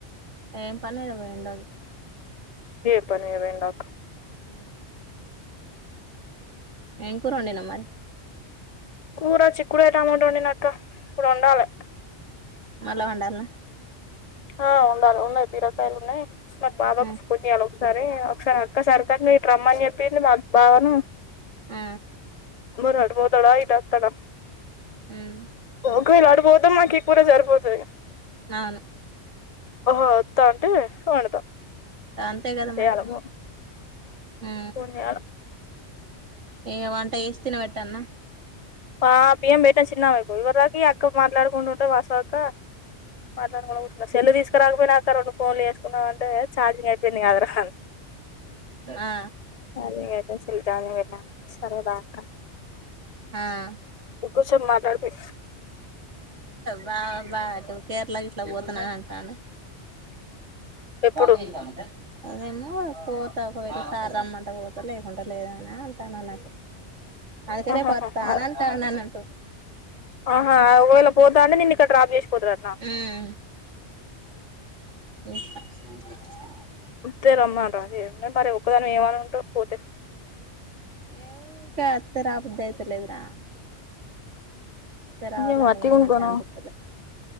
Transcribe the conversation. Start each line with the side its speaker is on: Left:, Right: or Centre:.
Right: ఏం పని పోయిండాది.
Left: ఏ పని మీద పొయిండొ క
Right: ఉ ఏం కూర వండిన మరి
Left: కూర చిక్కుడు కాయలతో టమోట వండిన క ఇప్పుడు వండాలె.
Right: మళ్ళా వండాల్నా
Left: ఆ వండాలి ఉన్నాయ్ బీరకాయలున్నాయ్. మా బావక్
Right: మ్
Left: పోన్ చెయాలో సరే ఒకసారి అక్క సరితని ఇటరమ్మని చెప్పింది. మాకు బావను
Right: ఉ
Left: మరి అటుపోతడా ఇటువత్తడ
Right: మ్
Left: ఒంక్విలడు పోతే మాక్ ఇ కూర సరిపోతది.
Right: నవును
Left: ఓహో ఒత్త అంటే వండుతా
Right: అంతే కదా
Left: చేయాలి
Right: మరి
Left: ఫోన్
Right: ఉ
Left: ఫోన్ చేయాలి
Right: ఏ వంట చేసి తినవెట్టన్న
Left: ఆ బియ్యం పెట్టిన చిన్నవ్వకు ఇవార్దాక ఈ అక్క మాట్లాడుకుంటుంటె వాసవి అక్క మాట్లాడుకుంట కూసున్న సెల్లు తీసుకురాకపోయినవక్క రెండు ఫోన్లు చేసుకుందాం అంటే ఛార్జింగ్ అయిపోయింది కాదురా హల్
Right: ఆ
Left: ఛార్జింగ్ అయిపోతే సెల్ ఛార్జింగ్ పెట్టిన సరే బాయ్ అక్క
Right: ఆహ్
Left: కూర్చొని మాట్లాడిపి
Right: బా బా నువ్వు కేరళ గిట్ల పోతున్నవే అంటాండు <unintelligible>
Left: ఎప్పుడు
Right: అదేమో పోతా ఒకవేళ సార్ రమ్మంటె వోతా లేకుంటె లేదు అనే అంటాండన్నట్టు అందుకే రేపొత్తా
Left: ఆహాహా
Right: అని అంటాడన్నట్టు
Left: ఆహా ఒకవేళ పోతా అంటే నేన్ నీ అక్కడ డ్రాప్ చేసి పోతారట్నా
Right: ఉమ్ <unintelligible>
Left: ఒత్తే రమ్మను రాదే మరి ఒక్కదానివి ఏమని ఉంటవ్ పోతె
Right: ఏ ఊకే వత్తే రాబుద్ధయితలేదురా ఊకె రావాలంటే
Left: ఇగ వట్టిగా
Right: కూడా
Left: ఉండుకోను
Right: మంచిగ అనిపిత్తలే